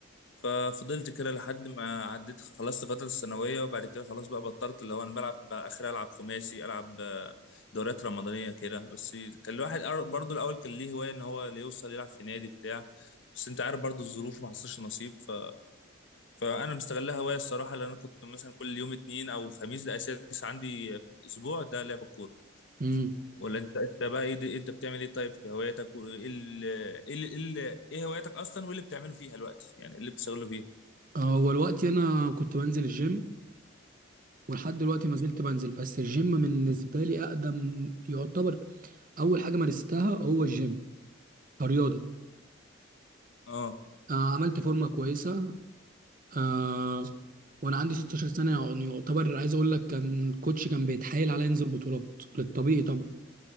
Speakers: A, on the left; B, on the right.
A: ففضلت كده لحد ما عديت خلصت فترة الثانوية وبعد كده خلاص بقى بطلت اللي هو أنا بلعب بقى آخر ألعب خماسي ألعب آه، دوريات رمضانية كده بس كان الواحد أر- برضه الأول كان ليه هواية إن هو اللي يوصل يلعب في نادي بتاع بس أنت عارف برضه الظروف ما حصلش نصيب ف... فأنا مستغلها هواية الصراحة لأن أنا كنت مثلا كل يوم اتنين أو خميس ده أساس عندي في الأسبوع ده لعب الكورة
B: امم
A: ولا أنت أنت بقى إيه دي... أنت بتعمل إيه طيب في هواياتك وإيه ال... إيه ال... إيه ال- إيه هواياتك أصلا وإيه اللي بتعمله فيها دلوقتي يعني إيه اللي بتشتغله فيها؟
B: هو الوقت انا كنت بنزل الجيم ولحد دلوقتي ما زلت بنزل بس الجيم بالنسبه لي اقدم يعتبر اول حاجه مارستها هو الجيم كرياضة
A: اه
B: آه عملت فورمة كويسة آه وأنا عندي 16 سنة يعني يعتبر عايز أقول لك كان الكوتش كان بيتحايل عليا أنزل بطولات للطبيعي طبعا